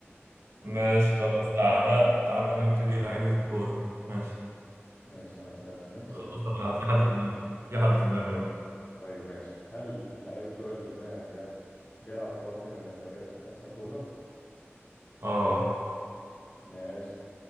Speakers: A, on the left; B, on the right.
A: بالظبط
B: ماشي خلاص تعالى تعالى نبتدي لعيبه كوره ماشي
A: ماشي ما تبقى خمنت
B: خلاص
A: قول لي
B: انا في حد في دماغي في حد في دماغي اه
A: طيب ماشي هل لعيب الكرة اللي في دماغك ده بيلعب في واحدة من الدوريات الخمسة الكبرى؟
B: اه
A: ماشي